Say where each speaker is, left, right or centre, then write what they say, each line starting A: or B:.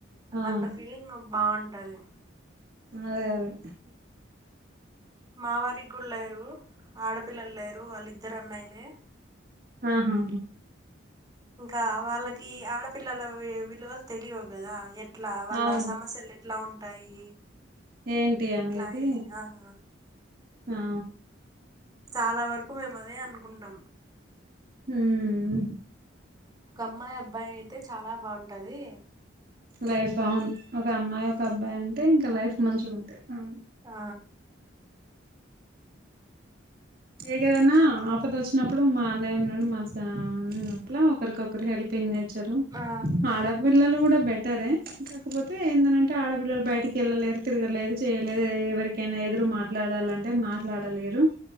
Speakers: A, on the right; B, on the right.
A: అవును
B: అన్న ఫీలింగ్ బాగుంటది
A: అదే అదే
B: మా వారికి కూడా లేరు ఆడపిల్లలు లేరు వాళ్ళ ఇద్దరు అన్నాయిలే
A: ఆహా హా
B: ఇంకా వాళ్ళకి ఆడపిల్లల విలువలు తెలియవు కదా ఎట్లా వాళ్ళ
A: అవును
B: సమస్యలు ఎట్లా ఉంటాయి
A: ఏంటి
B: ఎట్లా
A: అనేది
B: ఏం ఆహా
A: ఆ
B: చాలా వరకు మేము అదే అనుకుంటాం
A: హ్మ్
B: ఒక అమ్మాయి అబ్బాయి అయితే చాలా బాగుంటది
A: లైఫ్లాంగ్ ఒక అమ్మాయి ఒక అబ్బాయి ఉంటే ఇంకా లైఫ్ మంచిగా ఉంటాయి మ్మ్
B: ఆ
A: ఏదేమైనా ఆపద వచ్చినప్పుడు మా అన్నయ్య ఉన్నాడు మనసులో ఉన్నట్ల ఒకరికొకరు హెల్పింగ్ నేచరు
B: ఆ ఆ!
A: ఆడపిల్లలు కూడా బెట్ బెటరే కాకపోతే ఏందనంటే ఆడపిల్లలు బయటికి వెళ్ళలేరు తిరగలేదు చేయలేరు ఎవరికి ఎకైనా ఎదురు మాట్లాడాలంటే మాట్లాడలేరు